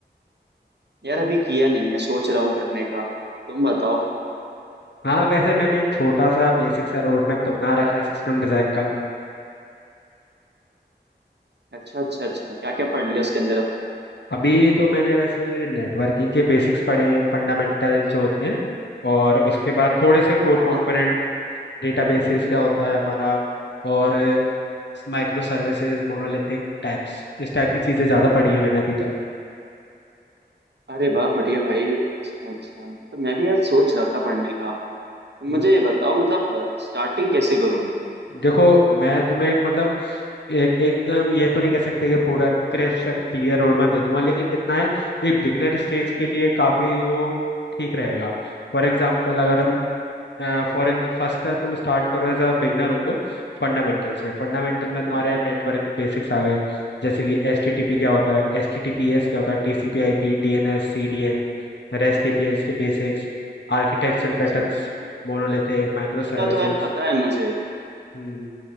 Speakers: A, on the right (about 70°); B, on the left (about 75°).
A: यार अभी किया नहीं है सोच रहा हूँ करने का तुम बताओ
B: हाँ वैसे मैंने एक छोटा सा बेसिक सा रोड मैप तो बना रखा है सिस्टम डिजाइन का
A: अच्छा अच्छा अच्छा क्या क्या पढ़ लिया उसके अंदर अब तक
B: अभी तो मैंने वैसे नेटवर्किंग के बेसिक्स पढ़े हैं फंडामेंटल जो होते हैं और उसके बाद थोड़े से कोर
A: हाँ हाँ
B: कंपोनेंट डेटाबेसेस क्या होता है हमारा और माइक्रो सर्विसेज मोनोलिथिक टाइप्स इस टाइप की चीज़ें ज़्यादा पढ़ी है मैंने अभी तक
A: अरे वाह बढ़िया भाई अच्छा अच्छा तो मैं भी यार सोच रहा था पढ़ने का मुझे
B: हम्म।
A: ये बताओ मतलब स्टार्टिंग कैसे करूं मैं
B: देखो मैं तुम्हें एक मतलब एक एकदम ये तो नहीं कह सकते कि पूरा crisp and clear road map दे दूंगा लेकिन इतना है एक बिगनर स्टेज के लिए काफ़ी वो ठीक रहेगा फॉर एग्जाम्पल अगर हम फॉर फर्स्ट है तुम स्टार्ट करो एज अ बिगनर हो तो फंडामेंटल से फंडामेंटल में तुम्हारे
A: हाँ हाँ
B: नेटवर्किंग बेसिक्स आ गए जैसे कि एच टी टी पी क्या होता है H T T P S क्या होता है T C P I P D N S C D N rest A P I इसके basics architectural
A: अच्छा
B: patterns
A: अच्छा मैं-
B: monolithic micro
A: इतना
B: services
A: तो यार पता है मुझे
B: Hmm